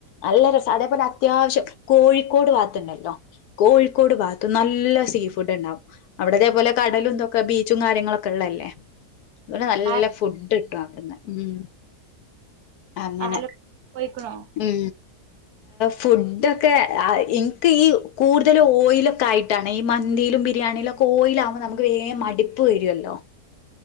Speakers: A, on the left; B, on the right.
A: നല്ല രസം അതേപോലെ അത്യാവശ്യം കോഴിക്കോട് ഭാഗത്തുണ്ടല്ലോ കോഴിക്കോട് ഭാഗത്ത്. നല്ല സീ ഫുഡ് ണ്ടാാവും അവിടതേപോലെ കടലും ഇന്തൊക്കെ ബീച്ചും കാര്യങ്ങളൊക്കെ ള്ളല്ലേ. അതുപോലെ നല്ല
B: ആ
A: ഫുഡ് ട്ടും അവിടുന്ന് ഉം. അങ്ങനെ
B: ആലപ്പുഴ പോയിക്ക്ണോ?
A: മ് ഫുഡൊക്കെ- എനിക്ക് ഈ കൂടുതൽ ഓയിൽ - ആയിട്ടാണ് ഈ മന്തിയിലും ബിരിയാണിയിലും കോയിലാാവുമ്പോ നമുക്ക് വേം മടിപ്പ് വരുല്ലോ-